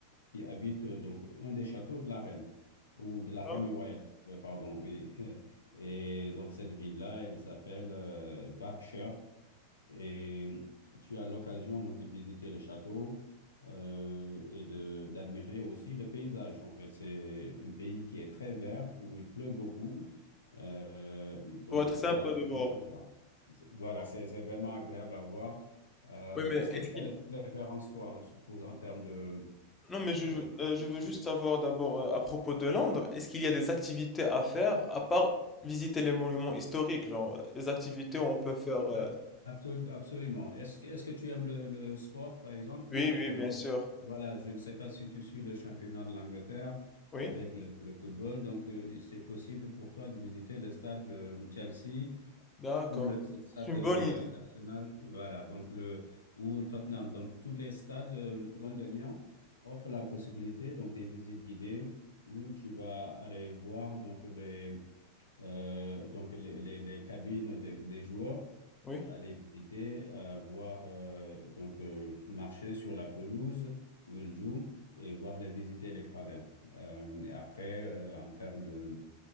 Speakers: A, on the left; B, on the left.
A: qui habite euh, donc un des châteaux de la reine ou de la famille
B: Ça
A: royale. Euh, Pardon, oui. <laughs> Et donc cette ville-là, elle s'appelle euh, Berkshire. Et tu as l'occasion donc de visiter le château euh, et de d'admirer aussi le paysage. En fait, c'est un pays qui est très vert et où il pleut beaucoup. Euh, et donc,
B: doit être
A: tu
B: sympa
A: pourras admirer
B: de voir.
A: tout cela. C'est- Voilà, c'est c'est vraiment agréable à voir. Euh,
B: Oui, mais
A: est-ce que
B: est-ce
A: tu
B: qu'il
A: as des préférences, toi, pour, en termes de...
B: Non, mais je,
A: euh,
B: euh, je veux
A: de-
B: juste savoir d'abord euh, à propos de Londres, est-ce qu'il y a des activités à faire à part visiter les monuments historiques, genre les activités où on peut faire... euh,
A: Ah, absolu- absolument. Est-ce que, est-ce que tu aimes le, le sport, par exemple?
B: Oui,
A: euh,
B: oui, bien sûr.
A: Voilà, je ne sais pas si tu suis le championnat de l'Angleterre
B: Oui,
A: avec le, le football. Donc, euh, c'est possible pour toi de visiter le stade de euh, Chelsea
B: d'accord.
A: ou le stade
B: C'est
A: de,
B: une bonne
A: de-
B: idée.
A: d'Arsenal. Voilà, donc le, ou le Tottenham. Donc, tous les stades euh, londoniens offrent la possibilité donc des visites guidées où tu vas aller voir donc les euh, donc les, les- les cabines des des joueurs,
B: Oui,
A: aller Mhm. visiter, euh, voir, euh, donc euh, marcher sur la pelouse où ils jouent et voir les visiter les gradins. Euh, et après, euh, en termes de